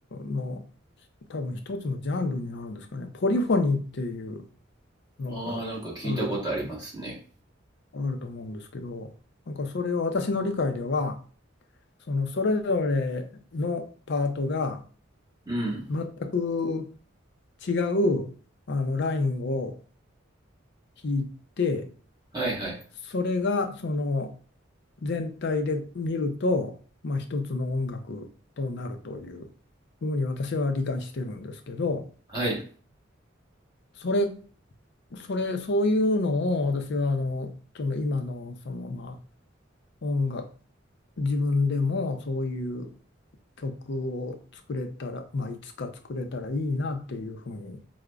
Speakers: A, on the left; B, on the right.
A: の多分一つのジャンルになるんですかね、ポリフォニーっていうのがあると思
B: ああ、なんか聞いたことありますね。
A: う、あると思うんですけど、なんかそれは私の理解では、そのそれぞれのパートが
B: うん。
A: 全く違うあのラインを弾いて、
B: はいはい。
A: それがその全体で見ると、まあ、一つの音楽となるというふうに私は理解してるんですけど
B: はい。
A: それ、それそういうのを私はあのその今のそのまあ音楽自分でもそういう曲を作れたら、まあ、いつか作れたらいいなっていうふうに